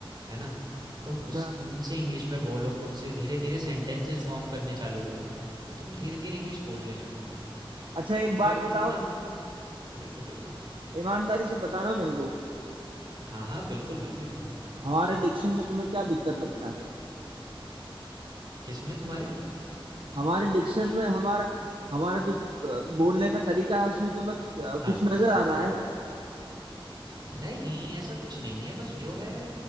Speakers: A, on the right; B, on the right.
A: है ना तुम
B: अच्छा
A: उस उनसे इंग्लिश में बोलो खुद से धीरे धीरे सेंटेंसेस फॉर्म करने चालू करो तो तुम धीरे धीरे इंग्लिश बोलने लगोगे
B: अच्छा एक
A: फिर
B: बात बताओ
A: तुम ना बिल्कुल बिल्कुल
B: ईमानदारी से बताना मेरे दोस्त
A: हाँ हाँ बिल्कुल बिल्कुल
B: हमारे डिक्शन में तुम्हें क्या दिक्कत लगता है
A: किस में तुम्हारे
B: हमारे डिक्शन में हमारा हमारा जो अ, बोलने का तरीका है उसमें तुम्हें अ, कुछ
A: हाँ
B: नजर आ रहा है
A: नहीं ऐसा कुछ नहीं है बस जो है